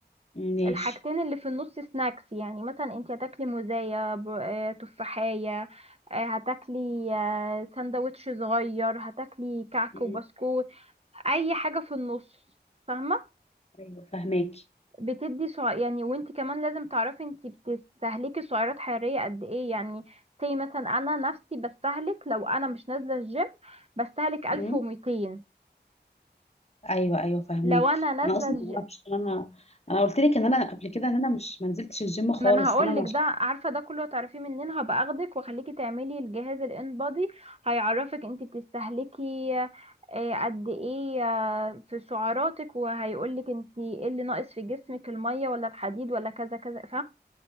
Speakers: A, on the left (about 35°); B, on the right (about 35°).
A: ماشي
B: الحاجتين اللي في النص سناكس يعني مثلا انت هتاكلي موزاية ب- آه، تفاحية آه، هتاكلي آه، سندوتش صغير هتاكلي كعك
A: مم.
B: وبسكوت اي حاجة في النص فاهمة
A: ايوه فهماكي
B: بتدي سع... يعني وانت كمان لازم تعرفي انت بتستهلكي سعرات حرارية قد ايه يعني زي مثلا انا نفسي بستهلك لو انا مش نازلة الجيم بستهلك 1200
A: مم. ايوه ايوه فهماكي
B: لو انا نازلة
A: انا اصلا
B: الجيم
A: ما اعرفش انا انا قلت لك ان انا قبل كده ان انا مش ما نزلتش الجيم خالص
B: ما انا هقول
A: فانا
B: لك
A: مش
B: ده عارفه ده كله هتعرفيه منين هبقى اخدك واخليكي تعملي الجهاز الان بادي هيعرفك انت بتستهلكي آه، قد ايه آه، في سعراتك وهيقولك انت ايه اللي ناقص في جسمك الميه ولا الحديد ولا كذا كذا